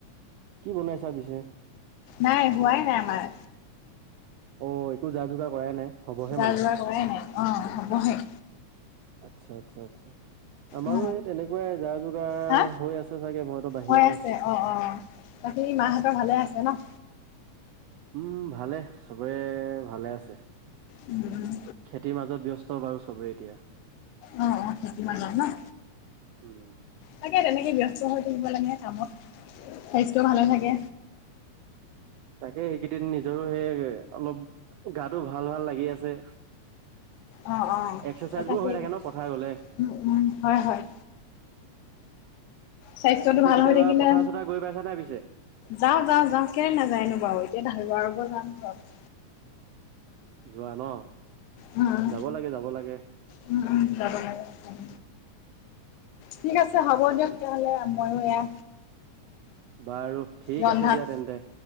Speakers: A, on the right (about 85°); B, on the left (about 85°).
A: কি বনাইছা পিছে?
B: নাই, হোৱাই নাই আমাৰ।
A: অ', একো যা-যোগাৰ কৰাই নাই। হ'বহে
B: যা-যোগাৰ
A: মানে
B: কৰাই নাই অ', হ'বহে।
A: আচ্ছা, আচ্ছা, আচ্ছা। আমাৰো
B: অ
A: এই তেনেকুৱাই, যা- যোগাৰ
B: হা
A: হৈ আছে চাগে, মইতো বাহিৰত
B: হৈ আছে
A: আছোঁ।
B: অ অ বাকী মাহঁতৰ ভালে আছে ন?
A: উম, ভালে চবে ভালে আছে।
B: উম
A: খেতিৰ মাজত ব্যস্ত বাৰু চবেই এতিয়া।
B: অ অ সেইটো মাজত ন
A: উম।
B: তাকে তেনেকে ব্যস্ত হৈ থাকিব লাগে কামত, স্বাস্থ্য ভালে থাকে।
A: তাকে এইকেইদিন নিজৰো সেই অলপ গাটো ভাল, ভাল লাগি আছে।
B: অ অ
A: এক্সাৰচাইজবোৰ
B: তাকেই
A: হৈ থাকে ন পথাৰ গ'লে।
B: উম, উম, হয়, হয়। স্বাস্থ্যটো
A: পিছে
B: ভাল
A: কেতিয়াবা
B: হৈ থাকিলে
A: পথাৰ চথাৰ গৈ পাইছা নাই পিছে?
B: যাওঁ, যাওঁ, যাওঁ, কেলে নাযায়নো বাৰু এতিয়া <unintelligible>
A: যোৱা ন'?
B: উম,
A: যাব লাগে যাব লাগে।
B: উম, যাব লাগে হয়। ঠিক আছে হ'ব দিয়ক তেতিয়াহ'লে ময়ো এয়া
A: বাৰু ঠিক
B: ৰন্ধাত
A: আছে দিয়া, তেন্তে।